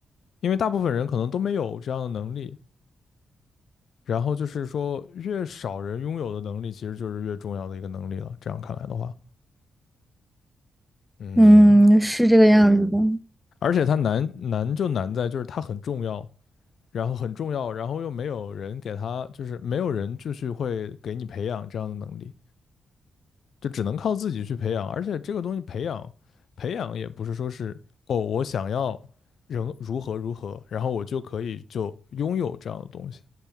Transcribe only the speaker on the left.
因为大部分人可能都没有这样的能力。然后就是说，越少人拥有的能力，其实就是越重要的一个能力了。这样看来的话，嗯，
而且它难难就难在就是它很重要，然后很重要，然后又没有人给它，就是没有人就是会给你培养这样的能力，就只能靠自己去培养。而且这个东西培养培养也不是说是哦，我想要人如何如何，然后我就可以就拥有这样的东西。